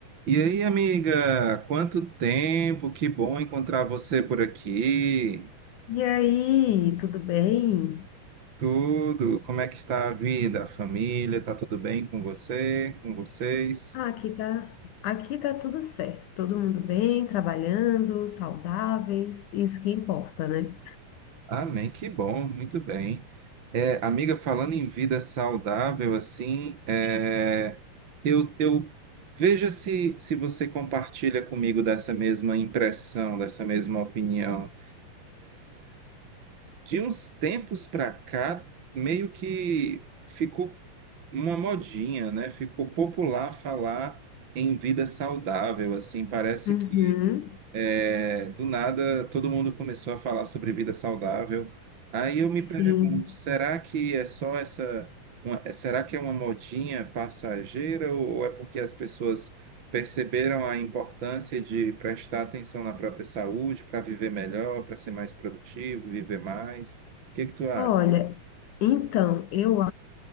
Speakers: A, on the right; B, on the left.
A: E aí, amiga, quanto tempo, que bom encontrar você por aqui.
B: E aí, tudo bem?
A: Tudo, como é que está a vida, a família, tá tudo bem com você, com vocês?
B: Ah, aqui tá, aqui tá tudo certo. Todo mundo bem, trabalhando, saudáveis, isso que importa, né?
A: Amém, que bom, muito bem. É, amiga, falando em vida saudável, assim, é, eu, eu veja se, se você compartilha comigo dessa mesma impressão, dessa mesma opinião. De uns tempos para cá, meio que ficou uma modinha, né? Ficou popular falar em vida saudável, assim, parece
B: Uhum,
A: que é, do nada todo mundo começou a falar sobre vida saudável. Aí eu me
B: sim.
A: pergunto, será que é só essa, uma- é- será que é uma modinha passageira ou ou é porque as pessoas perceberam a importância de prestar atenção na própria saúde para viver melhor, para ser mais produtivo, viver mais? O que que tu acha?
B: Olha, então, eu